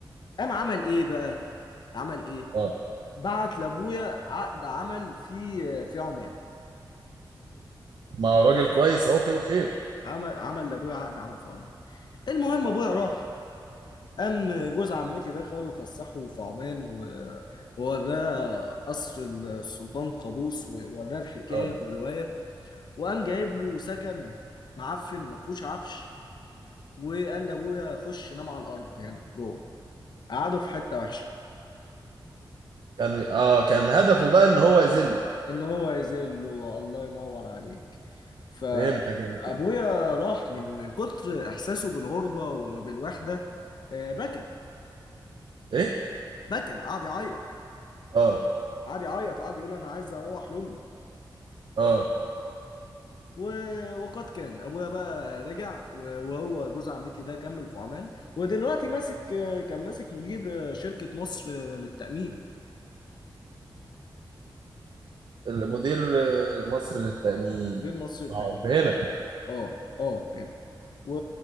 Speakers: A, on the left; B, on the right.
A: قام عمل ايه بقى عمل ايه
B: اه
A: بعت لابويا عقد عمل في في عمان
B: ما هو راجل كويس هو في الخير
A: عمل عمل لابويا عقد عمل في عمان المهم ابويا راح قام جوز عمتي ده خده وفسحه في عمان و- ووراه قصر السلطان قابوس ووراه الحكايه
B: اه
A: والروايه وقام جايب له سكن معفن ما فيهوش عفش وقال لابويا خش نام على الارض هنا جوه قعده في حته وحشه
B: كان اه كان هدفه بقى ان هو يذله
A: ان هو يزيل له الله ينور عليك فابويا
B: فهمتك انا كده
A: راح من كتر احساسه بالغربه وبالوحده آه، بكى
B: ايه
A: بكى قعد يعيط
B: اه
A: قعد يعيط وقعد يقول انا عايز اروح لامي
B: اه
A: و... وقد كان ابويا بقى رجع و- وهو جوز عمتي ده كمل في عمان ودلوقتي ماسك كان ماسك مدير شركة مصر للتأمين
B: المدير آه، مصر للتأمين
A: مدير مصر
B: ف-
A: للتأمين
B: فهنا
A: اه اه هنا و...